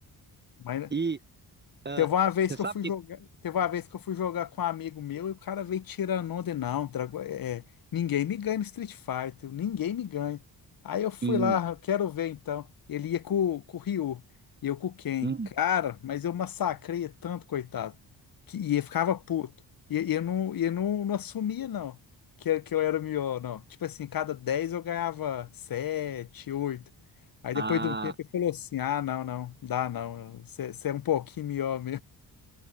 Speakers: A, on the left; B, on the right.
A: Mas
B: E ah,
A: Teve uma vez
B: você
A: que
B: sabe
A: eu fui
B: que.
A: jogar, teve uma vez que eu fui jogar com um amigo meu e o cara veio tirando onda e não, Drago- é, é, ninguém me ganha no Street Fighter, ninguém me ganha. Aí eu fui
B: Hum,
A: lá, "Ah, quero ver então. Ele ia com, com o Ryu e eu com o Ken.
B: hum.
A: Cara, mas eu massacrei tanto, coitado, que e ele ficava puto. E, e eu não, e eu não, não assumia não, que, que eu era o melhor, não. Tipo assim, cada 10 eu ganhava 7, 8. Aí depois
B: ah,
A: de um tempo ele falou assim: Ah, não, não, dá não, você é um pouquinho melhor